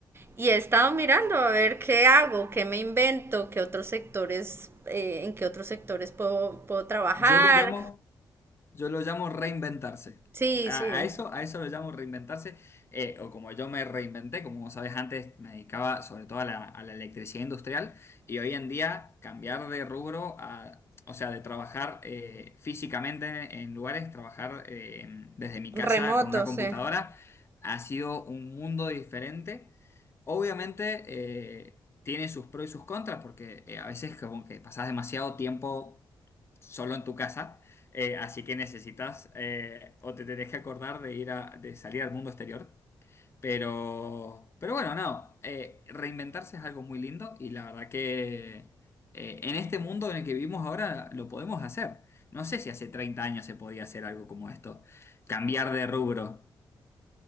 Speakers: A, on the right; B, on the left.
A: y he estado mirando a ver qué hago, qué me invento, qué otros sectores, eh, en qué otros sectores puedo, puedo trabajar.
B: Yo lo llamo Yo lo llamo reinventarse.
A: Sí,
B: A,
A: sí,
B: a eso, a eso lo llamo reinventarse. eh, o como yo me reinventé, como vos sabés, antes me dedicaba sobre todo a la, a la electricidad industrial y hoy en día cambiar de rubro a, o sea, de trabajar eh, físicamente en lugares, trabajar eh, desde mi
A: remoto,
B: casa con una computadora,
A: sí.
B: ha sido un mundo diferente. Obviamente eh, tiene sus pros y sus contras porque eh, a veces como que pasás demasiado tiempo solo en tu casa eh, así que necesitas eh, o te tenés que acordar de ir a, de salir al mundo exterior. Pero, pero bueno, no, eh, reinventarse es algo muy lindo y la verdad que eh, en este mundo en el que vivimos ahora lo podemos hacer. No sé si hace 30 años se podía hacer algo como esto, cambiar de rubro.